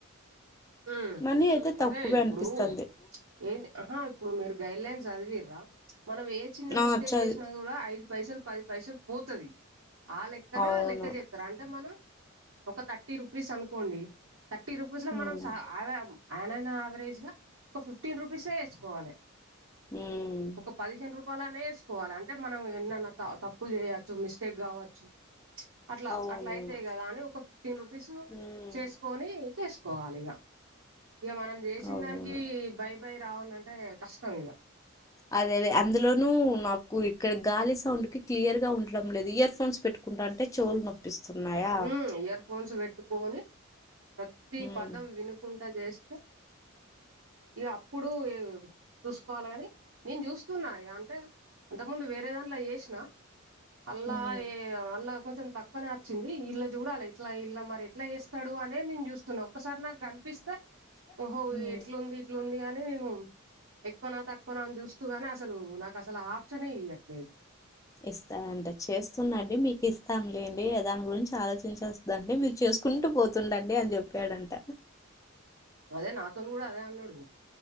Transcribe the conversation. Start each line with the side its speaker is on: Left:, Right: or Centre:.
Right: ఉమ్
Left: మనీ అయితే
Right: అదే
Left: తక్కువే
Right: ఇప్పుడు
Left: అనిపిస్తుంది
Right: ఏంది ఆహా ఇప్పుడు మీరు గైడ్ లైన్స్ చదివిరా మనం ఏ చిన్న
Left: ఆ
Right: మిస్టేక్
Left: చదు
Right: చేసినా కూడా ఐదు పైసలు పది పైసలు పోతది ఆ లెక్కన
Left: అవును
Right: లెక్క చేస్త అంటే మనం ఒక థర్టీ రూపీస్ అనుకోండి థర్టీ రూపీస్ లో
Left: ఉమ్
Right: మనం అ ఆయననాయావరేజ్ గా ఒక ఫిఫ్టీన్ రుపీసే కోవాలి
Left: ఉమ్
Right: ఒక పదిహేను రూపాయలనే వేసుకోవాలి అంటే మనం ఎన్నన్నా తప్పులు చేయొచ్చు మిస్టేక్ కావచ్చు అట్లా
Left: అవునవును
Right: అట్లా అయితేయి కదా అని ఒక ఫిఫ్టీన్ రూపీస్
Left: ఉమ్
Right: చేసుకొని చేసుకో కోవాలి ఇక ఇక మనం చేసిన
Left: అవును
Right: దానికి బై బై రావాల అంటే కష్టం ఇక
Left: అదే అదే అందులోనూ నాకు ఇక్కడ గాలి సౌండ్ కి క్లియర్ గా ఉండడం లేదు ఇయర్ ఫోన్స్ పెట్టు అంటే చెవులు నొప్పులు నొప్పి ఇస్తున్నాయా
Right: ఉమ్ ఇయర్ ఫోన్స్ పెట్టుకొని ప్రతి
Left: ఉమ్
Right: పదం విను కుంటా చేస్తే ఇక అప్పుడు చూసుకోవాల కాని నేను చూస్తున్నా ఇగ అంటే అంత కు ముందు వేరే దాంట్లో చేసినా అల్లా
Left: మళ్ళా
Right: ఏ అల్లా కొంచెం తక్కువనే వచ్చింది ఇలా చూడాలి ఇట్లా ఇలా మరి ఎట్లా చేస్తాడు అనే నేను చూస్తున్నా ఒకక్కసారి నాకు కనిపిస్తే
Left: అనే
Right: ఓహో ఎట్లాంది ఇట్లు ఉంది అని నేను ఎక్కువన తక్కువన అని చూస్తూగానే అసలు నాకు అసలు ఆ ఆప్షనే ఇయ్యట్లేదు
Left: ఇస్తా అంటే చేస్తున్నాండి మీకు ఇస్తాం లేండి దాని గురించి ఆలోచించాల్సి దండి మీరు చేసుకుంటూ పోతుండండి అని చెప్పాడంట
Right: అదే నాతోను కూడా అదే అన్నాడు